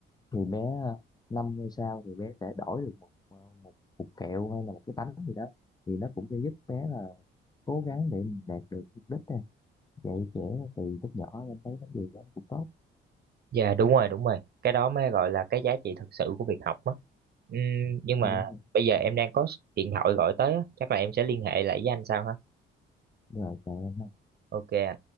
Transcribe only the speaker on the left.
thì bé ờ, năm ngôi sao thì bé sẽ đổi được một ờ, một cục kẹo hay là một cái bánh gì đó thì nó cũng sẽ giúp bé là cố gắng để mình đạt được mục đích này dạy trẻ từ lúc nhỏ em thấy vấn điều đó cũng tốt
đúng không
Đúng rồi trời ơi,